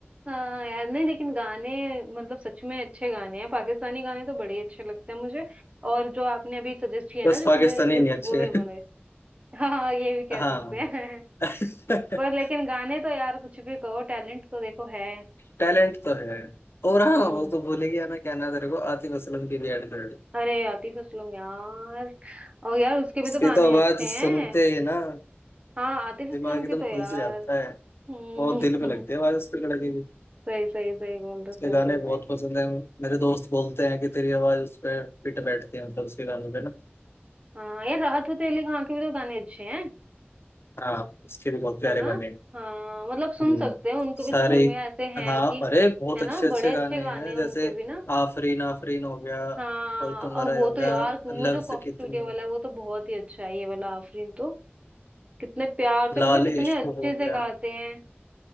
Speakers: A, on the right; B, on the left.
A: हाँ यार नहीं लेकिन गाने मतलब सच में अच्छे गाने हैं पाकिस्तानी गाने तो बड़े अच्छे लगते हैं मुझे और जो आपने अभी सजेस्ट किया
B: बस
A: ना जो
B: पाकिस्तानी
A: तुमने लिस्ट
B: नहीं अच्छे
A: वो भी
B: हैं।
A: बड़े <laughs> हाँ हाँ, ये भी
B: हाँ
A: कह सकते हैं
B: <laughs>
A: पर लेकिन गाने तो यार कुछ भी कहो टैलेंट तो देखो है
B: टैलेंट तो है और
A: हम्म
B: हाँ वो तो भूल ही गया मैं कहना तेरे को आतिफ असलम की भी एड कर
A: अरे आतिफ असलम यार और यार उसके भी
B: उसकी
A: तो गाने
B: तो आवाज
A: अच्छे हैं
B: सुनते ही ना
A: हाँ आतिफ असलम
B: दिमाग एकदम
A: के तो यार
B: खुल से जाता है
A: हम्म
B: बहुत दिल पे लगती
A: <laughs>
B: है आवाज उसकी लड़की की
A: सही सही सही बोल रहे
B: उसके
A: सही
B: गाने
A: बोल
B: बहुत
A: रहे
B: पसंद है मेरे दोस्त बोलते हैं कि तेरी आवाज उस पर फिट बैठती है मतलब उसके गानों पे ना
A: हाँ यार राहत फतेह अली खान के भी तो गाने अच्छे हैं
B: हाँ उसके भी बहुत प्यारे
A: है ना
B: गाने हैं।
A: हाँ मतलब सुन
B: हम्म,
A: सकते हैं उनको
B: सारे
A: भी सफर में ऐसे हैं
B: हाँ
A: कि
B: अरे बहुत
A: है
B: अच्छे
A: ना
B: अच्छे
A: बड़े
B: गाने
A: अच्छे गाने
B: हैं
A: हैं
B: जैसे
A: उनके भी ना
B: आफरीन आफरीन हो गया
A: हाँ
B: और तुम्हारा
A: और वो
B: ये हो
A: तो
B: गया
A: यार तुम
B: लफ्ज
A: वो जो कॉक
B: कितनी
A: स्टूडियो वाला है वो तो बहुत ही अच्छा है ये वाला आफरीन तो कितने प्यार से
B: लाल
A: मतलब कितने
B: इश्क
A: अच्छे
B: हो
A: से
B: गया
A: गाते हैं